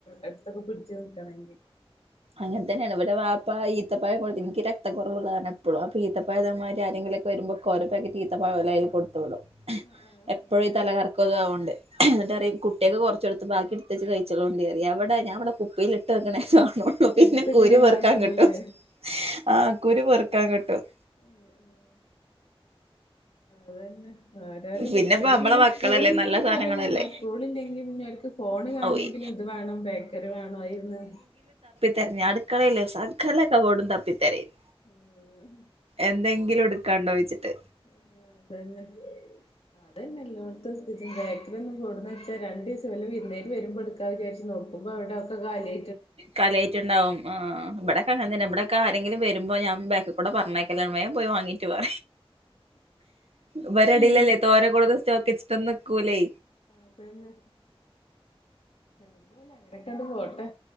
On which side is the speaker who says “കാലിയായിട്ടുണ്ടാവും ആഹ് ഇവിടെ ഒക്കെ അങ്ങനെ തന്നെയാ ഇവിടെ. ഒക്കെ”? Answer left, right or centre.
Right